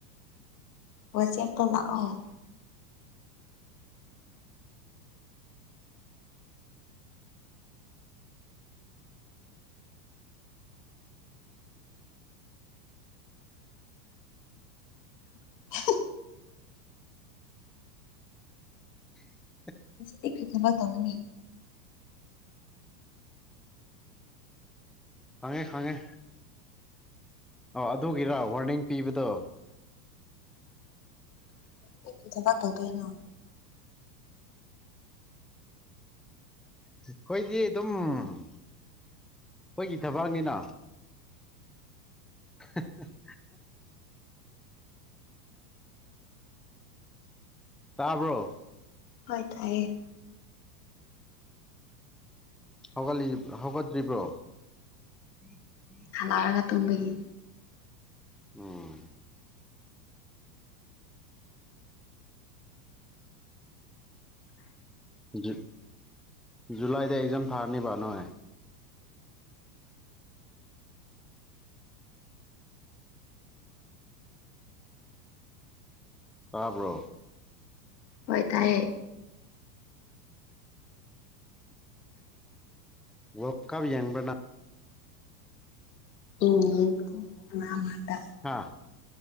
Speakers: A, on the left (about 85°); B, in the centre.
A: ꯋꯥꯆꯦꯞꯇ ꯂꯥꯛꯑꯣ <unintelligible>
B: <inaudible>
A: ꯉꯁꯤꯗꯤ ꯀꯔꯤ ꯊꯕꯛ ꯇꯧꯒꯅꯤ
B: ꯈꯪꯉꯦ ꯈꯪꯉꯦ ꯑꯣ ꯑꯗꯨꯒꯤꯔꯥ ꯋꯥꯔꯅꯤꯡ ꯄꯤꯕꯗꯣ
A: <unintelligible> ꯊꯕꯛ ꯇꯧꯗꯣꯏꯅꯣ
B: ꯑꯩꯈꯣꯏꯗꯤ ꯑꯗꯨꯝ ꯑꯩꯈꯣꯏꯒꯤ ꯊꯕꯛꯅꯤꯅ <unintelligible> ꯇꯥꯕ꯭ꯔꯣ
A: ꯍꯣꯏ ꯇꯥꯏꯌꯦ
B: ꯍꯧꯒꯠꯂꯤ ꯍꯧꯒꯠꯇ꯭ꯔꯤꯕ꯭ꯔꯣ <unintelligible>
A: ꯊꯥꯔꯒ ꯇꯨꯝꯕꯒꯤ
B: ꯎꯝ ꯖꯨ ꯖꯨꯂꯥꯏꯗ ꯑꯦꯛꯖꯥꯝ ꯊꯥꯔꯅꯤꯕ ꯅꯣꯏ ꯇꯥꯕ꯭ꯔꯣ
A: ꯍꯣꯏ ꯇꯥꯏꯌꯦ
B: ꯋꯥꯔꯜ ꯀꯞ ꯌꯦꯡꯕ꯭ꯔ ꯅꯪ
A: ꯌꯦꯡꯉꯦ ꯑꯩꯕꯨꯗꯤ ꯃꯔꯛ ꯃꯔꯛꯇ
B: ꯍꯥꯥ